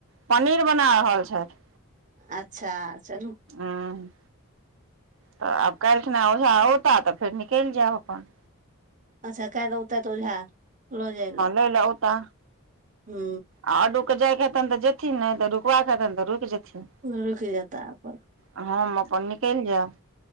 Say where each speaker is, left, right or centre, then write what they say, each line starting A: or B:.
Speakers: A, on the right; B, on the right.
A: पनीर बना रहल छैथ।
B: अच्छा चलू
A: एँ त आब काइलखिना ओझा औता त फेर निकैल जैब अपन।
B: अच्छा काइल औतैत ओझा लो जाय लए।
A: लय लए औता।
B: हू।
A: आ औडूके जायके हेतैन त जेथिन नै त रुकबाक हेतैन त रुकि जेथिन।
B: रुकि जेता अपन।
A: हम अपन निकैल जैब।